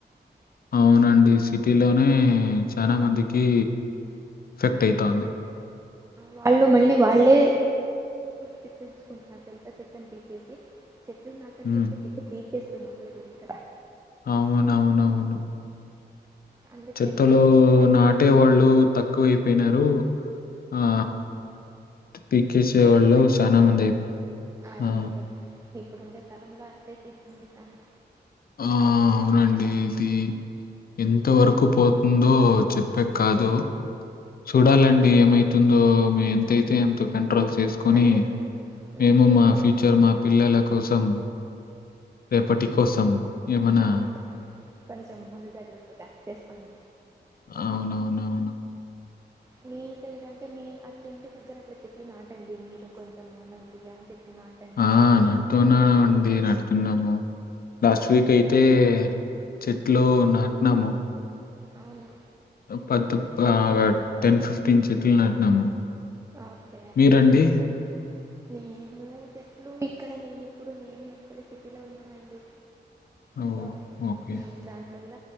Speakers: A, on the left; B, on the right.
A: అవునండి సిటీ లోనే చానా మందికి ఎఫెక్ట్ అయితాంది
B: వాళ్ళు మళ్ళీ వాళ్ళే శిక్షించుకుంట తెలుసా చెట్లను పీకేస్తే చెట్లు నాటండి
A: హ్మ్.
B: అంటే చెట్ పీకేస్తున్నారు వీళ్ళు ఇక్కడ
A: అవునవునవును
B: అందుకే
A: చెత్తలో
B: ఎంత వీలైతే అంత
A: నాటే వాళ్ళు తక్కువ అయిపోయినారు ఆ పీకేసే
B: పీకే
A: వాళ్ళు
B: వాళ్ళకి
A: చానా మంది అయినర్
B: అది
A: ఆ
B: నిజం ఇప్పుడుండే కాలంలో అట్లే తీ పండితను
A: ఆ అవునండి ఇది ఎంత వరకు పోతుందో చెప్పే కాదు చూడాలండి ఏమైతుందో మ ఎంతైతే అంత కంట్రోల్స్ చేసుకొని
B: అందుకే
A: మేము
B: మీరు
A: మా
B: కొ
A: ఫ్యూచర్ మా పిల్లల కోసం రేపటి కోసం ఏమనా
B: అవును కొంచెం ముందు జాగ్రత్తగా చేస్తాను
A: అవునవునవును
B: అ మీ సైడ్ అంటే మీ అట్లా ఇంటి దగ్గర అట్ల చెట్లు నాటండి. మీరు కొంచెం నార్మల్గా అంటే నాటండి
A: ఆ!
B: నీళ్ళ
A: నాటుతున్నామండి.
B: పోయండి అదు
A: నాటుతున్నాము. లాస్ట్ వీక్ అయితే చెట్లో నాటినాము
B: అవును
A: పత్ టెన్ ఫిఫ్టీన్ చెట్లు నాటినాము
B: ఓకే
A: మీరండి?
B: మంచి పనే నేను చెట్లు ఇక్కడ నేను ఇప్పుడు నేను ఎప్పుడు సిటీలో ఉన్నానండి
A: ఓహ్!
B: సో
A: ఓకే.
B: దానివల్ల